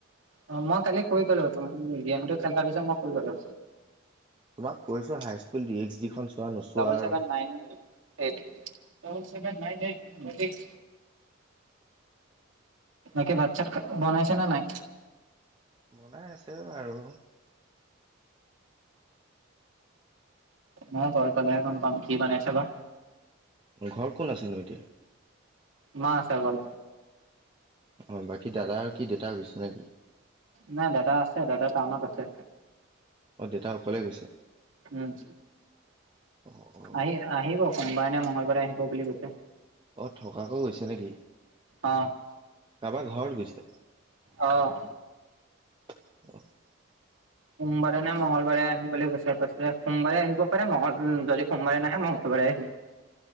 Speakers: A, on the right; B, on the right.
A: অ' মই কালি শুই গলো গেম টো খেল পিছত মই শুই গলো
B: তোমাক কৈছো high school D H D খন চোৱা নোচোৱা
A: ডাবল
B: আৰু
A: seven nine eight double seven nine eight বাকী ভাত চাত বনাইছে নে নাই
B: বনাই আছে আৰু
A: মই তাত গলে পালে গম কি বনাইছে বা
B: ঘৰত কোন আছেনো এতিয়া
A: মা আছে অকল
B: অ' বাকী দাদা আৰু কি দেউতা গৈছে নেকি
A: নাই দাদা আছে দাদা টাউনত আছে
B: অ' দেউতা অকলে গৈছে
A: উম
B: অ অ
A: আহি আহিব সোমবাৰে নে মঙ্গলবাৰে আহিব বুলি কৈছে
B: অ' থকাকৈ গৈছে নেকি
A: অ
B: কাৰোবাৰ ঘৰত গৈছে
A: অ'
B: <inaudible>
A: সোমবাৰে না মঙ্গলবাৰে আহিবলৈ গৈছে কৈছে সোমবাৰে আহিব পাৰে মংগল যদি সোমবাৰে নাহে মঙ্গলবাৰে আহিব